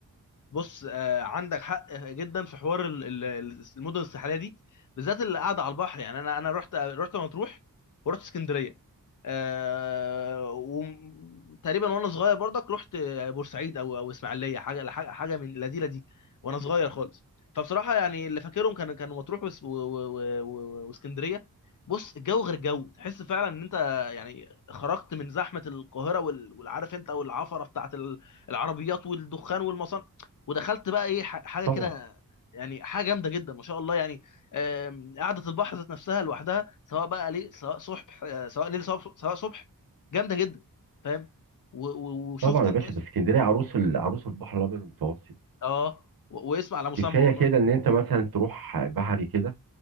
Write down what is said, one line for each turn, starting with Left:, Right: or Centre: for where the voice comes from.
Left: بص آه، عندك حق جدا في حوار ال- ال- ال- المدن الساحليه دي بالذات اللي قاعده على البحر يعني انا انا رحت رحت مطروح ورحت اسكندريه أه وتقريبا وانا صغير برضك رحت بورسعيد او او اسماعيليه حاجه حاجه حاجة من لذيذه دي وانا صغير خالص فبصراحه يعني اللي فاكرهم كان كانوا مطروح وس- و- و- و- واسكندريه بص الجو غير جو تحس فعلا ان انت يعني خرجت من زحمه القاهره وال- والعارف انت والعفره بتاعت ال- العربيات والدخان والمصانع ودخلت بقى ايه ح- حاجه
Right: طبعا
Left: كده يعني حاجه جامده جدا ما شاء الله يعني آم، قعده البحر ذات نفسها لوحدها سواء بقى ليل سواء صبح آه، سواء ليل سواء سواء صبح جامده جدا فاهم و- و- وشفت
Right: طبعا يا
Left: الناس
Right: باشا ده
Left: وكده
Right: اسكندريه عروس ال- عروس البحر الابيض المتوسط
Left: اه و- واسم على مسمى
Right: كفايه
Left: والله
Right: كده ان انت مثلا تروح بحري كده